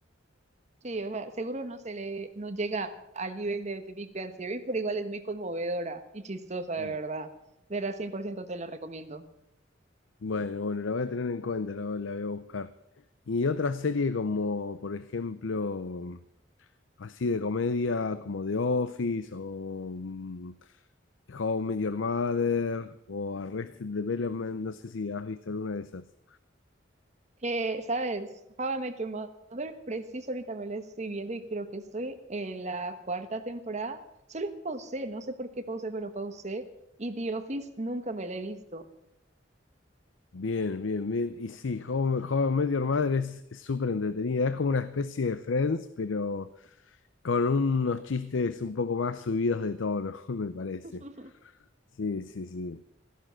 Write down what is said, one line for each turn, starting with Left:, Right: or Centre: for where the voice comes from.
Right: Sí, o sea, seguro no se le, no llega al nivel de The Big Bang Theory, pero igual es muy conmovedora y chistosa, de
Left: Mm.
Right: verdad. De verdad, 100% te la recomiendo.
Left: Bueno, bueno, la voy a tener en cuenta, la, voy la voy a buscar. Y otra serie como, por ejemplo, así de comedia, como The Office o mm, How I Met Your Mother o Arrested Development, no sé si has visto alguna de esas.
Right: Eh, ¿sabes? How I Met Your Mother, preciso ahorita me la estoy viendo y creo que estoy en la cuarta temporada. Solo que pausé, no sé por qué pausé, pero pausé. Y The Office nunca me la he visto.
Left: Bien, bien, bien. Y sí, How, How I Met Your Mother es es súper entretenida, es como una especie de Friends, pero con unos chistes un poco más subidos de tono, <laughs> me parece.
Right: <laughs>
Left: Sí, sí, sí.